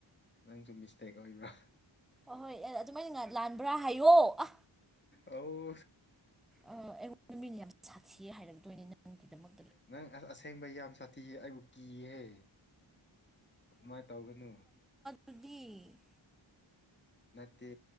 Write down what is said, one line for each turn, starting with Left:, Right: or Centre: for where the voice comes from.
Left: ꯅꯪꯁꯨ ꯃꯤꯁꯇꯦꯛ ꯑꯣꯏꯕ꯭ꯔꯣ
Centre: ꯑꯍꯣꯏ ꯑꯗꯨꯃꯥꯏꯅ ꯂꯥꯟꯕ꯭ꯔꯥ ꯍꯥꯏꯌꯣ ꯑ
Left: ꯑꯥꯎ
Centre: ꯑ ꯑꯩꯉꯣꯟꯗ ꯃꯤꯅ ꯌꯥꯝ ꯁꯥꯊꯤ ꯍꯥꯏꯔꯝꯗꯣꯏꯅꯦ ꯅꯪꯒꯤꯗꯃꯛ
Left: ꯅꯪ ꯑꯁ ꯑꯁꯦꯡꯕ ꯌꯥꯝ ꯁꯥꯊꯤꯌꯦ ꯑꯩꯕꯨ ꯀꯤꯌꯦꯍꯦ ꯑꯗꯨꯃꯥꯏꯅ ꯇꯧꯒꯅꯨ
Centre: ꯗꯨꯗꯤ
Left: ꯅꯠꯇꯦ